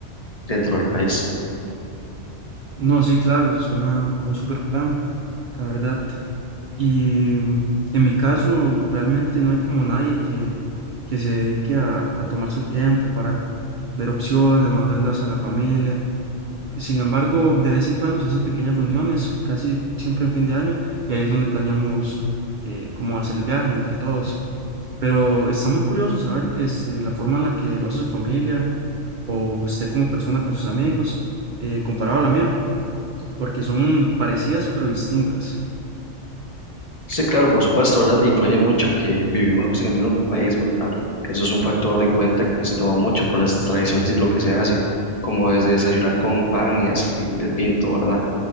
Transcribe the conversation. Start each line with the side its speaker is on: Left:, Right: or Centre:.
Left: dentro del país.
Right: No, sí, claro, suena a un super plan, la verdad. Y mm, en mi caso, realmente no hay como nadie que, que se dedique a, a tomar su tiempo para ver opciones, mandarlas a la familia. Sin embargo, de vez en cuando se hacen pequeñas reuniones, casi siempre en fin de año, y ahí es donde planeamos eh, cómo hacer el viaje entre todos. Pero está muy curioso saber este, la forma en la que lo hace su familia o usted como persona con sus amigos eh, comparado a la mía, porque son parecidas pero distintas.
Left: Sí, claro, por supuesto, ¿verdad? Influye mucho que vivimos en el mismo país, ¿verdad? Eso es un factor en cuenta que se toma mucho por las tradiciones y lo que se hace, como desde desayunar con pan y así de pinto, ¿verdad?